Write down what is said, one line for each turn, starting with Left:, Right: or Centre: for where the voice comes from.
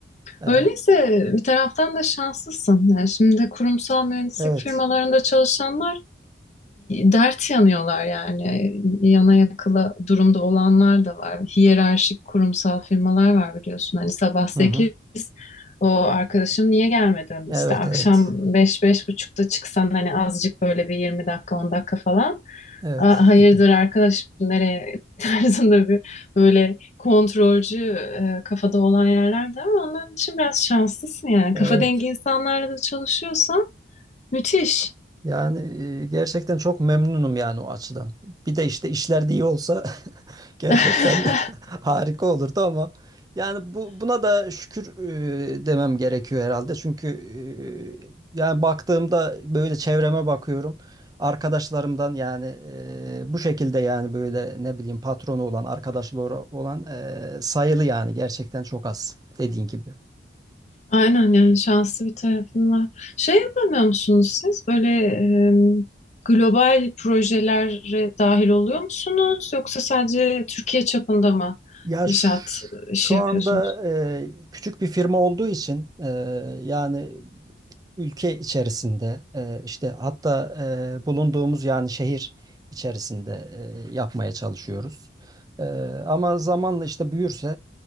Right: E,
Left: Öyleyse bir taraftan da şanslısın. Yani şimdi kurumsal mühendislik
Right: evet.
Left: firmalarında çalışanlar dert yanıyorlar yani. Yana yakıla durumda olanlar da var. Hiyerarşik kurumsal firmalar var biliyorsun. Hani sabah sekiz
Right: Hı hı.
Left: o arkadaşım niye gelmedin?
Right: Evet
Left: İşte akşam
Right: evet.
Left: 5 beş buçukta çıksan hani azıcık böyle bir 20 dakika 10 dakika falan.
Right: Evet.
Left: "Aa, Hayırdır
Right: <laughs>
Left: arkadaşım nereye <laughs> tarzında bir böyle kontrolcü e, kafada olan yerlerde ama ondan için biraz şanslısın yani.
Right: Ee,
Left: Kafa dengi insanlarla da çalışıyorsan müthiş.
Right: Yani e, gerçekten çok memnunum yani o açıdan. Bir de işte işler de iyi olsa <laughs> gerçekten
Left: <laughs>
Right: <laughs> harika olurdu ama yani bu buna da şükür e, demem gerekiyor herhalde. Çünkü e, yani baktığımda böyle çevreme bakıyorum. Arkadaşlarımdan yani e, bu şekilde yani böyle ne bileyim patronu olan, arkadaşları olan e, sayılı yani gerçekten çok az dediğin gibi.
Left: Aynen yani şanslı bir tarafın var. Şey yapamıyor musunuz siz? Böyle e, global projelere dahil oluyor musunuz? Yoksa sadece Türkiye çapında mı
Right: Ya
Left: inşaat
Right: ş-
Left: işi
Right: şu
Left: yapıyorsunuz?
Right: anda e, küçük bir firma olduğu için e, yani ülke içerisinde e, işte hatta e, bulunduğumuz yani şehir içerisinde e, yapmaya çalışıyoruz. E, ama zamanla işte büyürse